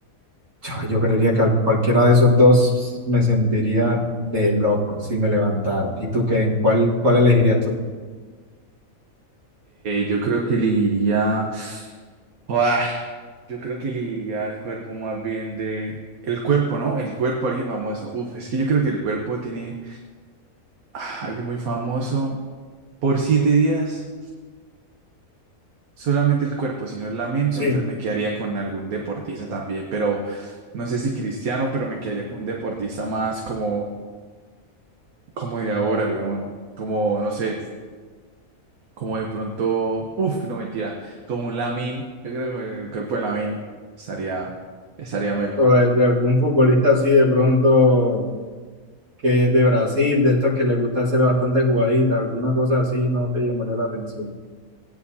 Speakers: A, on the right; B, on the right.
A: Yo, yo creería que al- cualquiera de esos dos me sentiría de loco si me levantara. ¿Y tú qué? ¿En cuál, cuál elegirías tú?
B: yo creo que elegiría... <sniffs> Yo creo que elegiría el cuerpo más bien de... El cuerpo, ¿no? El cuerpo, alguien famoso. Uf, es que yo creo que el cuerpo tiene ah, alguien muy famoso. Por siete días, solamente el cuerpo, si no es la mente,
A: Sí,
B: entonces me quedaría con algún deportista también, pero no sé si cristiano, pero me quedaría con un deportista más como, como de ahora, weón. Como, no sé, como de pronto... Uf, no mentira. Como un Lamin. Yo creo que el cuerpo de Lamin estaría, estaría melo.
A: o de, de algún futbolista así de pronto que es de Brasil, de estos que les gusta hacer bastante jugaditas, alguna cosa así, no te llamaría la atención.